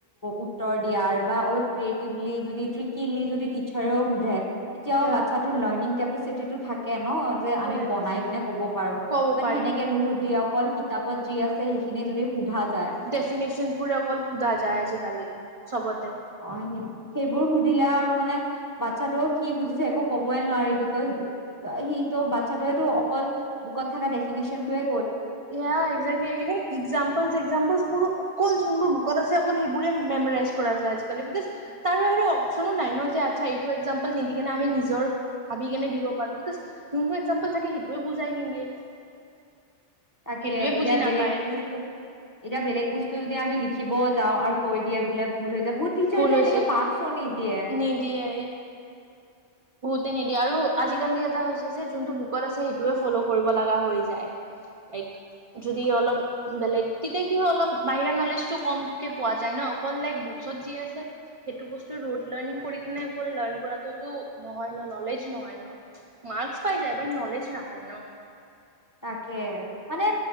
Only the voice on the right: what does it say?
ইয়া
য়েছ
ক'ব
পাৰিম।
ডেফিনেশচন বোৰে অকল সোধা যায় আজিকালি। চবতে।
য়া একজেক্টলি, এভন এক্সাম্পলছ এক্সাম্পলছ বুৰু অকল বুকত আছে অকল সেইবোৰে মেমৰাইজ কৰা যায়। আজি কালি বিকজ তাৰ বাহিৰে অপচনো নাই যে ।আচছা এইটো একজাম্পল নিদি কেনে আমি নিজৰ ভাবি কেনে দিব পাৰো। বিকজ যুনতু একজাম্পল থাকে সেইটোৱে বুজাই নিদিয়ে।
সেইটোৱে
বুজি নাপায়
ভুল
হৈছে
নিদিয়ে তে নিদিয়া আৰু আজিকালি এটা হৈছে যে যোনটো বুকত আছে সেইটোয়ে ফ'ল' কৰিব লগা হৈ যায়। লাইক যদি অলপ বেলেগ তেতিয়া কি অলপ বাহিৰা নলেজতটো কমকে পোৱা যায় ন অকল লাইক বুকত যি আছে সেইটো বস্তু ৰোড লাৰ্ণং কৰি কিনে অকল লাৰ্ণ কৰাটোতো নহয় ন নলেজ নহয় ন, মাৰ্কচ পাই যায় বাট নলেজ নাপায় ন।